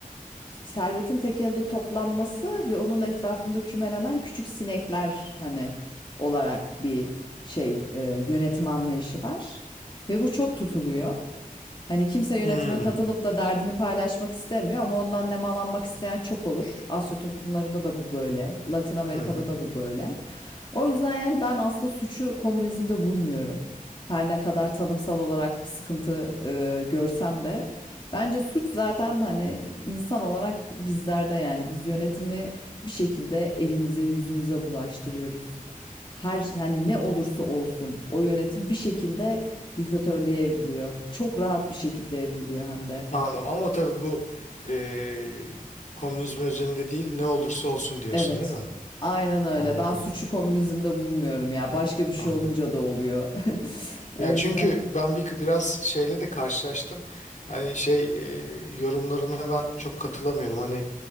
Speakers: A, on the left (about 35°); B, on the left (about 60°).
A: servetin tek elde toplanması ve onun etrafında kümelenen küçük sinekler hani olarak bir şey e, yönetim anlayışı var ve bu çok tutuluyor. Hani kimse yönetime
B: Hmm.
A: katılıp da derdini paylaşmak istemiyor ama ondan nemalanmak isteyen çok olur. Asya toplumlarında da bu böyle, Latin Amerika'da
B: Hı hı.
A: da bu böyle. O yüzden yani ben aslında suçu komünizmde bulmuyorum. Her ne kadar tanımsal olarak bir sıkıntı e, görsem de bence suç zaten hani insan olarak bizlerde yani biz yönetimi bir şekilde elimize yüzümüze bulaştırıyoruz. Her hani ne olursa olsun o yönetim bir şekilde diktatörlüğe evriliyor. Çok rahat bir şekilde evriliyor hem de.
B: Anladım. Ama tabii bu eee komünizm özelinde değil, ne olursa olsun diyorsun
A: Evet.
B: değil mi?
A: Aynen öyle.
B: Anladım.
A: Ben suçu komünizmde bulmuyorum ya. Başka bir şey
B: Anladım.
A: olunca da oluyor. <laughs>
B: Ya
A: O yüzden
B: çünkü ben bir biraz şeyle de karşılaştım. Hani şey eee, yorumlarına ben çok katılamıyorum. Hani